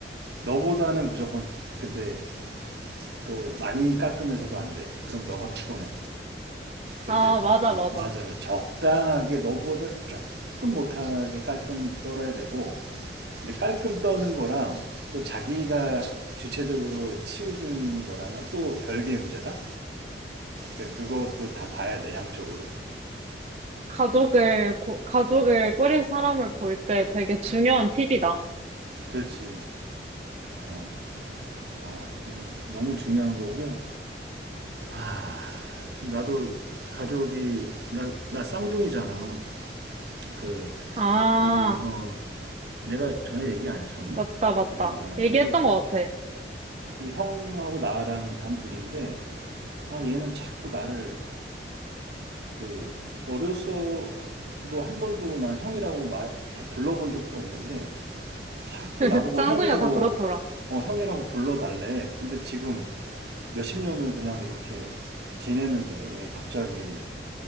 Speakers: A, on the right; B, on the right.
A: 너보다는 무조건 근데 또 많이 깎으면서도 안 돼. 그럼 너가 피곤해. 근데
B: 아, 맞아,
A: 어,
B: 맞아.
A: 맞아요. 적당하게 너보다 조금 못하게 깔끔 떨어야 되고 근데 깔끔 떠는 거랑 또 자기가 주체적으로 치우는 거랑은 또 별개의 문제다. 그러니까 그것도 다 봐야 돼 양쪽으로.
B: 가족을, 고- 가족을 꾸릴 사람을 볼 때 되게 중요한 팁이다.
A: 그렇지. 어. 아 이건 너무 중요한 거고. 아, 나도 가족이 나, 나 쌍둥이잖아. 그
B: 아,
A: 우리 어 내가 전에 얘기 안 했었나?
B: 맞다,
A: 어,
B: 맞다.
A: 어,
B: 얘기했던
A: 우리,
B: 것 같아.
A: 우리 형하고 나랑 단 둘인데 아 얘는 자꾸 나를 그 어려서도 한 번도 난 형이라고 말 불러본 적도 없는데 자꾸
B: <laughs>
A: 나보고
B: 쌍둥이가
A: 형이라고
B: 다 그렇더라.
A: 어 형이라고 불러달래. 근데 지금 몇십 년을 그냥 이렇게 지내는데 갑자기